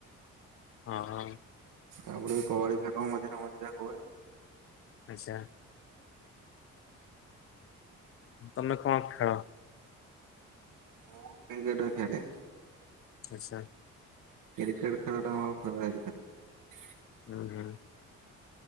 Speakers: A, on the left; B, on the right.
A: ଅଁ ହଁ।
B: ତାପରେ କବାଡ଼ି ଖେଳ ମଝିରେ ମଝିରେ ହୁଏ।
A: ଆଚ୍ଛା। ତମେ କଣ ଖେଳ।
B: ମୁଁ କ୍ରିକେଟ ଖେଳେ।
A: ଆଛା।
B: କ୍ରିକେଟ ଖେଳଟା ମର ଫେଭୋରାଇଟ ଖେଳ।
A: ହୁଁ ହୁଁ।